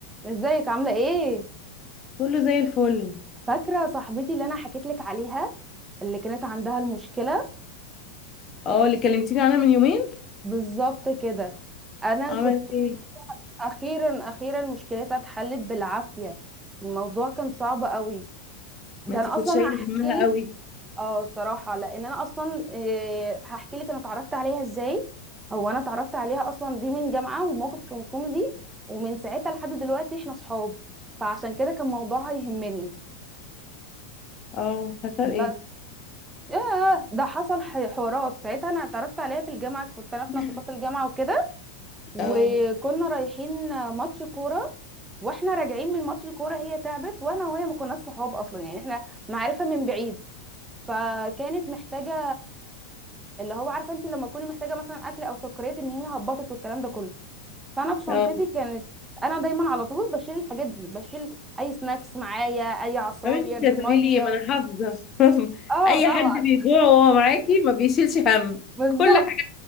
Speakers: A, on the right; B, on the left.
A: ازيك عاملة ايه؟
B: كله زي الفل
A: فاكرة صاحبتي اللي انا حكيت لك عليها اللي كانت عندها المشكلة
B: اه اللي كلمتيني عنها من يومين
A: بالظبط كده انا
B: عملت
A: كنت
B: ايه
A: اخيرا اخيرا مشكلتها اتحلت بالعافية الموضوع كان صعب قوي ده
B: ما انتي
A: انا
B: كنت
A: اصلا
B: شايله
A: هحكي
B: همها
A: لك
B: قوي
A: اه صراحة لان انا اصلا إيه هحكي لك انا اتعرفت عليها ازاي هو انا اتعرفت عليها اصلا دي من جامعة وموقف كان كوميدي ومن ساعتها لحد دلوقتي احنا صحاب فعشان كده كان موضوعها يهمني
B: اه حصل
A: بس
B: ايه
A: ياه ده حصل ح- حوارات ساعتها انا اتعرفت عليها في الجامعه كنت انا في
B: <laughs>
A: نشاطات الجامعه وكده وكنا
B: اه
A: رايحين ماتش كوره واحنا راجعين من ماتش الكوره هي تعبت وانا وهي ما كناش صحاب اصلا يعني احنا معرفه من بعيد فكانت محتاجه اللي هو عارفه انت لما تكوني محتاجه مثلا اكل او سكريات ان هي هبطت والكلام ده كله فانا في شنطتي
B: اه
A: كانت انا دايما على طول بشيل الحاجات دي بشيل اي سناكس معايا اي عصاير
B: عملت انت هتقولي
A: ميه
B: لي ما انا حافظه <laughs>
A: اه
B: اي
A: طبعا
B: حد بيجوع وهو معاكي ما بيشيلش هم
A: بالظبط
B: كل حاجه